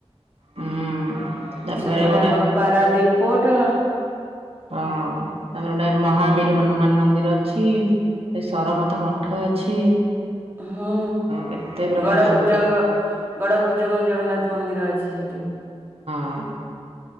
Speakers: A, on the right; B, on the right.
A: ହୁଁ। ତାପରେ
B: ସେପଟେ
A: ଗୋଟେ
B: ଆମର ପାରାଦୀପ ପୋର୍ଟ।
A: ହଁ ତାପରେ, ଗୋଟେ ମହାବୀର ହନୁମାନ ମନ୍ଦିର ଅଛି। ଏ ସରମତ ମଠ ଅଛି।
B: ହଁ।
A: କେତେ ପ୍ରକାର
B: ଗଡ
A: ସବୁ
B: କୁଜଙ୍ଗ
A: ଅଛି
B: ଗଡ କୁଜଙ୍ଗ ଜଗନ୍ନାଥ ମନ୍ଦିର ଅଛି ସେଠି।
A: ହଁ।